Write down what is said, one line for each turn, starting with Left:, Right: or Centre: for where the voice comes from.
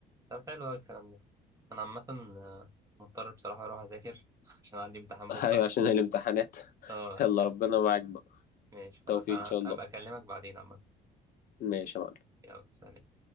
Right: طب حلو أوي الكلام ده انا عامه آه، مضطر بصراحه اروح اذاكر <laughs> عشان عندي امتحان
Left: <laughs>
Right: بكره
Left: ايوه عشان الامتحانات <laughs>
Right: اه
Left: يلا ربنا معاك بقى
Right: ماشي خلاص
Left: توفيق
Right: انا
Left: ان شاء الله
Right: ابقى اكلمك بعدين عامه
Left: ماشي يا معلم
Right: يلا سلام